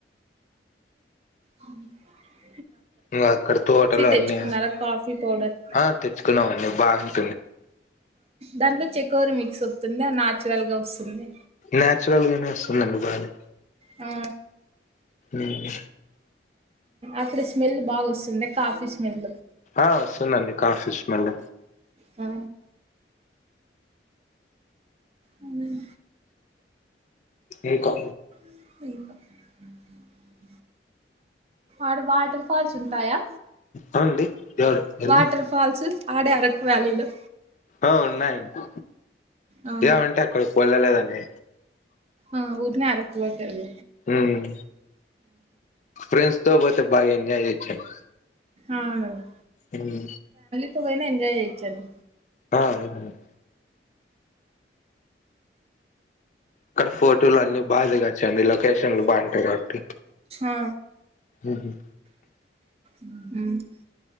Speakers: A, on the right; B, on the left.
A: అవును
B: ఇంకా అక్కడ తోటలు
A: తెచ్చుకున్నారా
B: అన్నీ
A: కాఫీ పౌడర్
B: ఆ తెచ్చుకునం అండి బాగనే
A: దాంట్లో చేకోరి మిక్స్ వతుంది అ నాచురల్ గా వస్తుంది
B: నాచురల్గానే వస్తుందండి బానే
A: ఆ
B: ఉమ్
A: అక్కడ స్మెల్ బాగా వస్తుంది కాఫీ స్మెల్
B: ఆ వస్తుందండి కాఫీ స్మెల్
A: మ్ ఉమ్
B: ఏకో
A: ఉమ్ అడ వాటర్ఫల్స్ ఉంటాయా
B: అవును అండి ఎవరు ఏంది
A: వాటర్ ఫాల్స్ ఆడే అరక్ వ్యాలీలో
B: ఆ ఉన్నాయ అండి
A: ఆ
B: ఇగ ఉంటే అక్కడికి వెళ్ళలేదు అండి
A: ఆ ఊర్రనే ఆరుకువ సైడ్
B: ఉమ్ ఫ్రెండ్స్ తో పోతే పొతే బాగా ఎంజాయ్ చేయచ్చు అండి
A: అవును అండి
B: ఉమ్
A: ఇప్పుడు పోయిన ఎంజాయ చేయచ్చు అండి
B: ఆ అవును అండి అక్కడ ఫోటోలు అన్ని బాదిగాచు అండి లొకేషన్లు బావుంటాయి కాబట్టి
A: ఆ
B: ఉమ్
A: ఉమ్